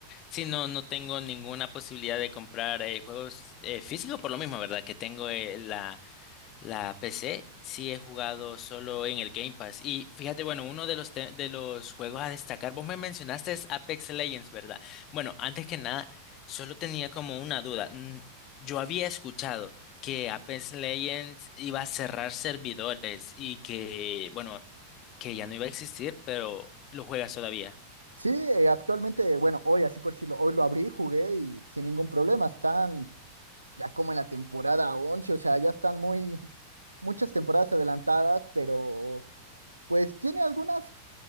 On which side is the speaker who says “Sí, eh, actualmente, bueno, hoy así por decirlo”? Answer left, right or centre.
Right